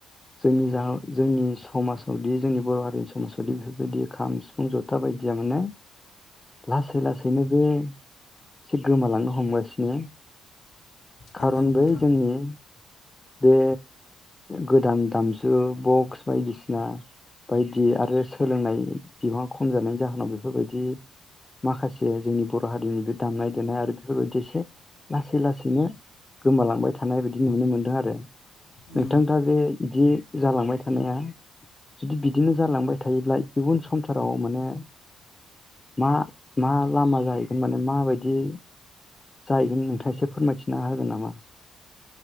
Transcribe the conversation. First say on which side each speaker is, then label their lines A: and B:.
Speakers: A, on the left; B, on the left.
A: जोंनि जा जोंनि समाजावदि जोंनि बर' हारिनि समाजावदि बेफोरबायदि खाम, सिफुं, जथा बायदिया माने लासै लासैनो बे एसे गोमालांनो हमगासिनो
B: हागोन
A: खारन
B: नोंथां
A: बेै जोंनि बे गोदान दामजु बक्स बायदिसिना बायदि आरो सोलोंनाय बिबाङा खम जानायनि जाहोनाव बेफोरबायदि माखासे जोंनि बर' हारिनि बे दामनाय देनाय आरो बेफोरबायदि एसे लासै लासैनो गोमालांबाय थायो। थानाय बायदि नुनो मोनदों आरो नोंथां
B: उम
A: दा बे बिदि जालांबाय थानाया जुदि बिदिनो जालांबाय थायोब्ला इयुन संसाराव माने मा मा लामा जाहैगोन माने माबायदि जाहैगोन नोंथाङ एसे फोरमायथिना होगोन नामा?